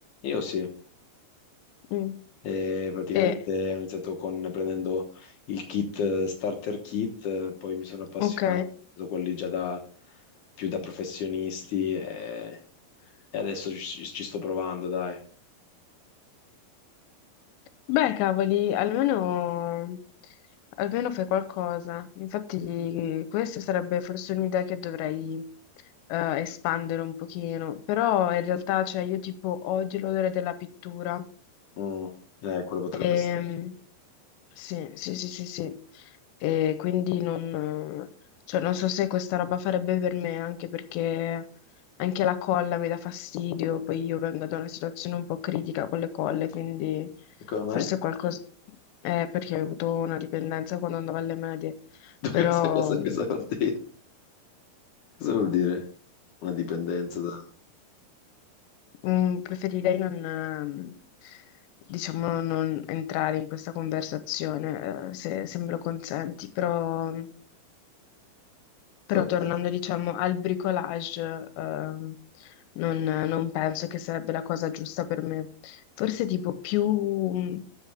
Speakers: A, on the left (about 70°); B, on the left (about 85°).
A: Io sì.
B: Mm.
A: E praticamente
B: E,
A: ho iniziato con, prendendo il kit eh, starter kit, eh, poi mi sono appassionato,
B: ok.
A: ho preso quelli già da, più da professionisti e, e adesso ci, ci sto provando, dai.
B: Beh, cavoli, almeno, almeno fai qualcosa. Infatti, questa sarebbe forse un'idea che dovrei eh, espandere un pochino. Però in realtà, cioè, io tipo odio l'odore della pittura.
A: Mm, eh, quello potrebbe
B: Ehm,
A: essere.
B: Sì, sì, sì, sì, sì. E quindi non, cioè, non so se questa roba farebbe per me, anche perché anche la colla mi dà fastidio, poi io vengo da una situazione un po' critica con le colle, quindi
A: E Come mai?
B: forse qualcosa... Eh, perché ho avuto una dipendenza quando andavo alle medie,
A: <laughs>
B: però
A: Cosa, cosa-
B: mm,
A: cosa vuol dire? Cosa vuol dire? Una dipendenza da...
B: mm, preferirei non, ehm, diciamo, non entrare in questa conversazione, eh, se, se me lo consenti, però... Però
A: Vabbè.
B: tornando, diciamo, al bricolage, ehm, non, non penso che sarebbe la cosa giusta per me. Forse tipo più, mh,